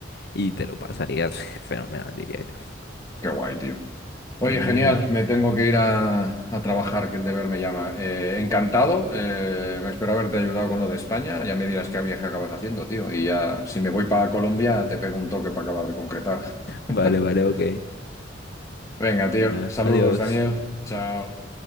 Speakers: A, on the left; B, on the left.
A: y te lo pasarías <laughs> fenomenal, diría yo.
B: Qué guay, tío.
A: Pues
B: Oye,
A: mira,
B: genial, me tengo que ir a, a trabajar, que el deber me llama. Eh, encantado, eh, espero haberte ayudado con lo de España. Ya me dirás qué viaje acabas haciendo, tío. Y ya, si me voy para Colombia, te pego un toque para acabar de concretar. <laughs>
A: vale, vale, ok.
B: Venga,
A: Venga,
B: tío, saludos,
A: adiós.
B: Daniel. Chao.